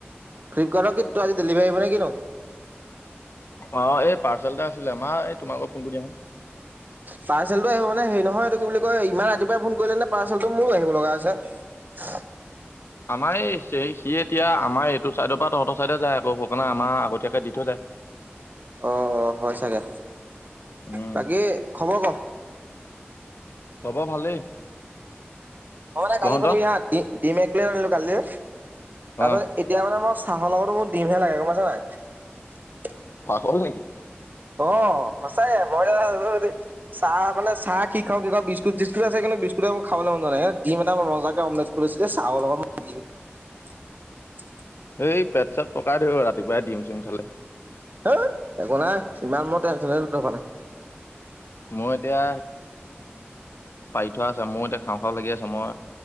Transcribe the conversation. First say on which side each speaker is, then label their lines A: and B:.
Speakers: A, on the right; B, on the left.
A: ফ্লিপকাৰ্টৰ কি তোৰ আজি ডেলিভাৰি আহিব নে কিনো?
B: অ এই পাৰ্চেল এটা আছিলে। এই মা তোমাৰ ভাগৰ ফোনটো দিয়াসোণ।
A: পাৰ্চেলটো আহিব মানে হেৰি নহয় এইটো বুলি কয় ইমান ৰাতিপুৱাই ফোন কৰিলে নে পাৰ্চেলটো মোৰো আহিব লগাই আছে।
B: আমাৰ এই সি এতিয়া আমাৰ এইটো চাইডৰ পৰা তহঁতৰ চাইডে যায় আকৌ সেইকাৰণে আমাৰ আগতীয়াকে দি থৈ যায়।
A: অ অ হয় চাগে।
B: উম
A: বাকী খবৰ ক?
B: খবৰ ভালেই।
A: মোৰ মানে
B: তহঁতৰ
A: কালি শুনিবি হা ডিম ডিম একপ্লেট আনিলো কালি তাৰপিছত
B: অ
A: এতিয়া মানে মই চাহৰ লগতো মোক ডিমহে লাগে গম পাইছ নাই।
B: পাগল নিকি?
A: অ সঁচাকে মই এতিয়া চাহ মানে চাহ কি খাওঁ কি খাওঁ বিস্কুট-চিস্কুট আছে কিন্তু বিস্কুটে মোৰ খাবলে মন যোৱা নাই এইয়া দিম এটা মই মজাকে অমলেট কৰি লৈছো দেই চাহৰ লগত মই দিম <unintelligible>
B: এই পেট-চেত পকাই ধৰিব ৰাতিপুৱাই দিম-চিম খালে।
A: হেই একো নাই ইমান মই টেনচনেই লৈ থকা নাই।
B: মই এতিয়া আনি থোৱা আছে মইয়ো এতিয়া খাওঁ খাওঁ লাগি আছে মই